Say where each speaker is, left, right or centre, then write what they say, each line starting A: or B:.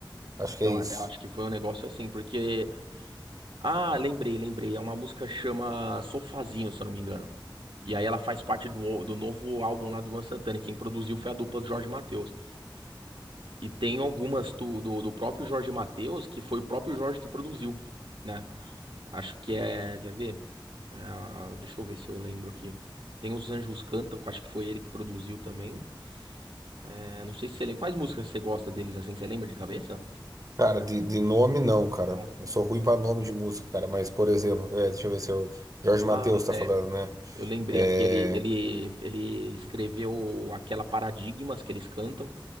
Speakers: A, on the right; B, on the right.
A: Acho que
B: Eu,
A: é isso.
B: eu acho que foi um negócio assim, porque Ah, lembrei, lembrei. É uma música que chama Sofazinho, se eu não me engano. E aí ela faz parte do, do novo álbum lá do Luan Santana. E quem produziu foi a dupla do Jorge Mateus. E tem algumas do, do, do próprio Jorge Mateus, que foi o próprio Jorge que produziu, né? Acho que é. Quer ver? É, ah, deixa eu ver se eu lembro aqui. Tem Os Anjos Cantam, que eu acho que foi ele que produziu também. É, não sei se você lembra. Quais músicas você gosta deles assim? Você lembra de cabeça?
A: Cara, de, de nome não, cara.
B: Não.
A: Eu sou ruim pra nome de música, cara. Mas, por exemplo, é, deixa eu ver se eu. Jorge
B: Ah,
A: Mateus tá
B: é.
A: falando, né?
B: Eu lembrei
A: É.
B: aqui, ele, ele, ele escreveu aquela Paradigmas que eles cantam